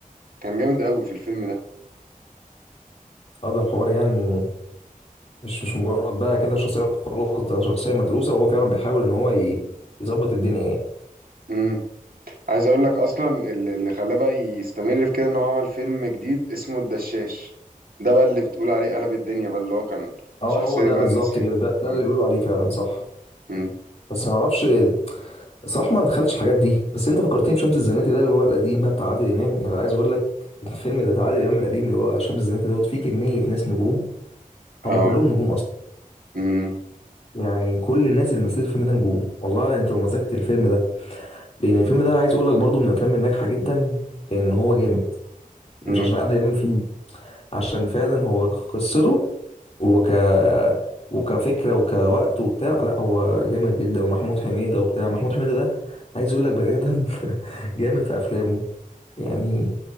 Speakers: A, on the right; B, on the left.
A: كان جامد قوي في الفيلم ده
B: وهذا الحوار يعني مش مش مجرد بقى كده شخصية خلاص ده شخصية مدروسة وهو فعلا بيحاول إن هو ي- يظبط الدنيا يعني
A: امم عايز اقول لك اصلا اللي اللي خلاه بقى يستمر في كده ان هو عمل فيلم جديد اسمه الدشاش ده بقى اللي بتقول عليه قلب الدنيا بقى اللي هو كان
B: اه
A: شخصية
B: هو ده
A: بقى
B: بالظبط
A: راسية
B: كده ده ده
A: اه
B: اللي بيقولوا عليه فعلا صح
A: امم
B: بس ما اعرفش الصراحة ما دخلتش الحاجات دي بس انت فكرتني بشمس الزناتي ده اللي هو القديم بقى بتاع عادل إمام يعني عايز اقول لك الفيلم ده بتاع عادل إمام القديم اللي هو شمس الزناتي دوت فيه كمية ناس نجوم
A: اه
B: هم كلهم نجوم اصلا
A: امم
B: يعني كل الناس اللي مثلت الفيلم ده نجوم والله انت لو مزجت الفيلم ده لان الفيلم ده عايز اقول لك برضو من الافلام الناجحة جدا لان هو جامد مش
A: امم
B: عشان عادل إمام فيه عشان فعلا هو قصته وك وكفكره وكوقت وبتاع لا هو جامد جدا ومحمود حميده وبتاع محمود حميده ده عايز اقول لك بني ادم <laughs> جامد في افلامه يعني